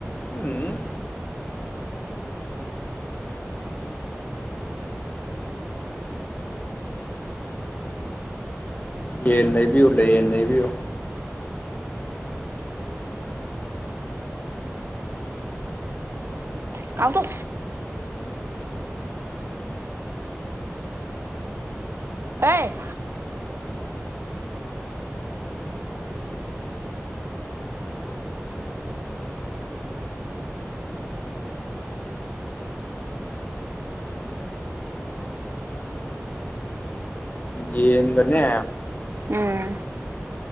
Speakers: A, on the left; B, on the right.
A: ꯎꯝ ꯌꯦꯟ ꯂꯩꯕꯤꯌꯨ ꯂꯩ ꯌꯦꯟ ꯂꯩꯕꯤꯌꯨ
B: ꯀꯥꯎꯗꯨ ꯍꯩ
A: ꯌꯦꯟꯒꯅꯦ
B: ꯎꯝ